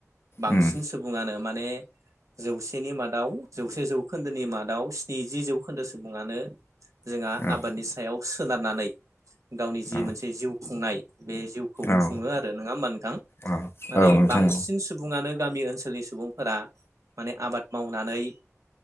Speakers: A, on the right; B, on the left.
A: बांसिन
B: उम,
A: सुबुङानो माने जौसेनि मादाव जौसे जौखोन्दोनि मादाव स्निजि जौखोन्दो सुबुङानो जोंहा
B: औ
A: आबादनि सायाव सोनारनानै गावनि जि
B: औ
A: मोनसे जिउ खुंनाय बे जिउखौ
B: औ
A: खुङो आरो नङा होमबा नोंथां
B: औ
A: माने
B: औ नोंथां
A: बांसिन सुबुङानो गामि ओनसोल ओनसोलनि सुबुंफोरा माने आबाद मावनानै